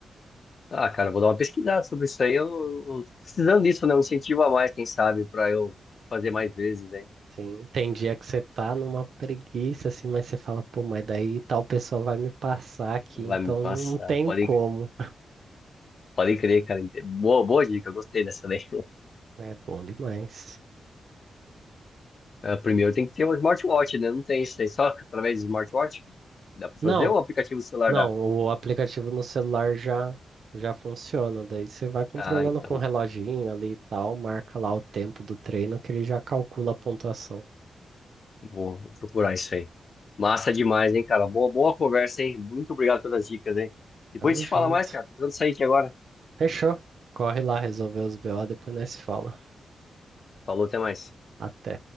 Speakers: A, on the left; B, on the right.
A: Ah, cara, vou dar uma pesquisada sobre isso aí. Eu, eu tô precisando disso, né? Um incentivo a mais, quem sabe, pra eu fazer mais vezes, hein?
B: Sim, tem dia que você tá numa preguiça, assim, mas você fala, pô, mas daí tal pessoa vai me passar aqui,
A: Vai
B: então
A: me passar.
B: não tem
A: Pode,
B: como.
A: pode crer, cara. Inte- Boa, boa dica, eu gostei dessa daí. <laughs>
B: É bom demais.
A: Ah, Primeiro tem que ter um smartwatch, né? Não tem isso aí, só através de smartwatch. Dá pra
B: Não,
A: fazer ou o aplicativo do celular
B: não,
A: dá?
B: o aplicativo no celular já, já funciona, daí você vai controlando
A: Ah, então
B: com o reloginho ali e tal, marca lá o tempo do treino que ele já calcula a pontuação.
A: vou procurar isso aí. Massa demais, hein, cara? Boa, boa conversa, hein? Muito obrigado pelas dicas, hein? Depois
B: Tamo
A: a gente
B: junto.
A: fala mais, cara. Tô precisando sair aqui agora.
B: Fechou. Corre lá resolver os BO, depois nós se fala.
A: Falou, até mais.
B: Até.